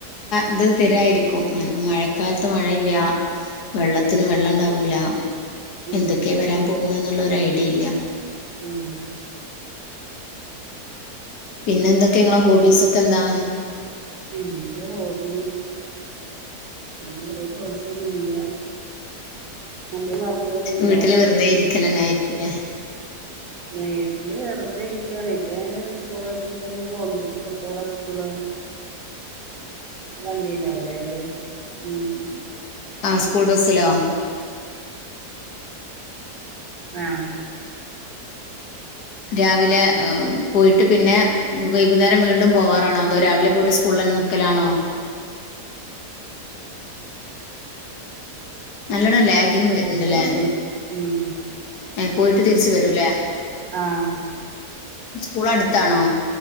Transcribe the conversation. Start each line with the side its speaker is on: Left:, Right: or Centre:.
Left: അത് തരായിരിക്കും കാരണം മഴക്കാലത്ത് മഴ ഇല്ല വെള്ളത്തിന് വെള്ളം ഇണ്ടാവൂല
Right: ഉം
Left: എന്തൊക്കെയാ വരാൻ പോകുന്നേന്ന് ഉള്ള ഒരു ഐഡിയ ഇല്ല
Right: ഉം
Left: പിന്നെ എന്തൊക്കെയാ നിങ്ങള് ഹോബീസ് ഒക്കെ എന്താ
Right: എന്ത് ഹോബി അങ്ങനെ കുറേ ചോയ്സൊന്നും ഇല്ല എന്തേലും വർക്കൊക്കെ ചെയ്യ്ണ്ടോ
Left: വീട്ടില് വെറുതെ ഇരിക്കല് തന്നെ ആയിരിക്കും ഇല്ലേ
Right: വീട്ടില് വെറുതെ ഇരിക്കാണ് ഇപ്പൊ ഞാന് സ്കൂള് ട്രിപ്പ്‌ ഒക്കെ പോവണ്ട് കുട്ടികളെ സ്കൂള് വണ്ടി ഉണ്ടാവില്ലേ അയില് ഉം
Left: ആഹ് സ്കൂൾ ബസ്സിലോ
Right: ആഹ്
Left: രാവിലെ പോയിട്ട് പിന്നെ വൈകുന്നേരം വീണ്ടും പോവാറാണോ അതോ രാവിലെ പോയിട്ട് സ്കൂളിൽ തന്നെ നിൽക്കലാണോ നല്ലോണ്ണം ലാഗിങ് വരുന്നുണ്ടല്ലേ
Right: സ്കൂൾ ഉം
Left: ഏഹ് പോയിട്ട് തിരിച്ച് വരൂല്ലേ
Right: ആഹ്
Left: സ്കൂള് അടുത്താണോ